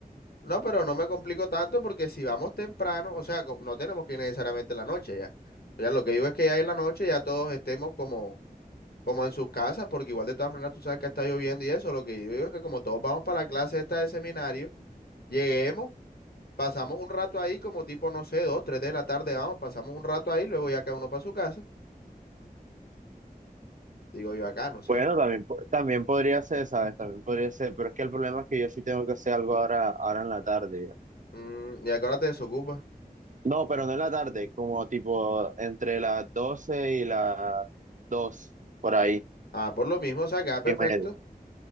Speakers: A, on the left; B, on the right.
A: No, pero no me complico tanto porque si vamos temprano, o sea, co- no tenemos que ir necesariamente en la noche ya. O sea, lo que digo es que ya en la noche ya todos estemos como, como en sus casas, porque igual de todas maneras tú sabes que está lloviendo y eso, lo que yo digo es que como todos vamos para la clase esta de seminario, lleguemos. Pasamos un rato ahí como tipo, no sé, dos, tres de la tarde, vamos, pasamos un rato ahí, luego ya cada uno para su casa. Digo yo acá, no sé.
B: Bueno, también, po- también podría ser, ¿sabes? También podría ser, pero es que el problema es que yo sí tengo que hacer algo ahora, ahora en la tarde. ya.
A: Mm, ¿y a qué hora te desocupas?
B: No, pero no en la tarde, como tipo entre las 12 y las 2 por ahí,
A: Ah, por lo mismo, o sea, queda perfecto.
B: y medio.